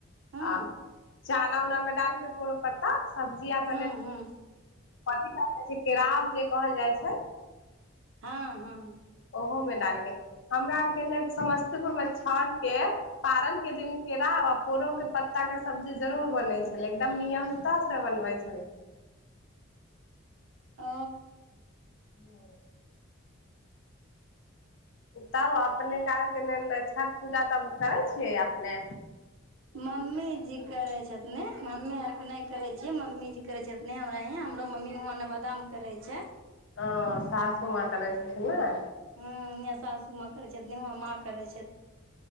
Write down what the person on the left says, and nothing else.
आ चना उनामे डालके पोरो पत्ता सब्जी आर
बने
कथि कहै जाइ छै? केराव जे कहल जाइ छै।
ओहो मे डालके हमरा ओरके ने समस्तीपुर मे छाठ के पारन के दिन केराव आ पोरो के पत्ता के सब्जी जरूर बनै छेलै। एकदम नियमतह से बनबै <inaudible>
<inaudible> तब अपने <unintelligible> छठ पूजा तब करै छियै अपने?
ओ सासू माँ करै छलखिन ने?